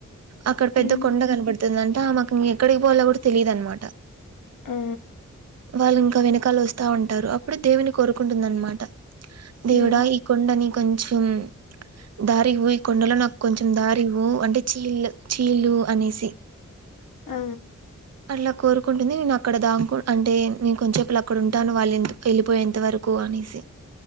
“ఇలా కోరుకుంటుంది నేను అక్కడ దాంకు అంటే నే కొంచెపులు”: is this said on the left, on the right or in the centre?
Right